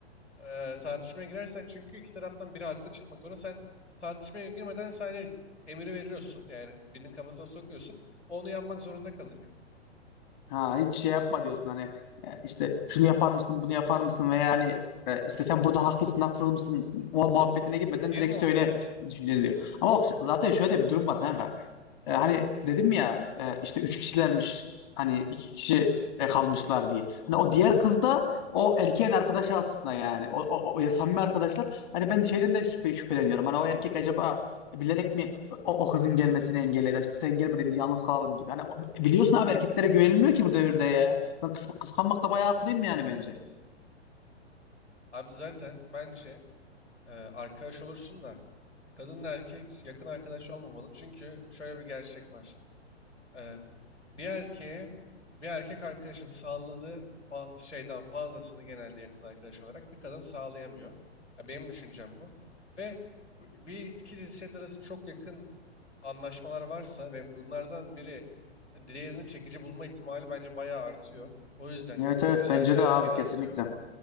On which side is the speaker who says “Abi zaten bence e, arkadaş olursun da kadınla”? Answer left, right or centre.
Left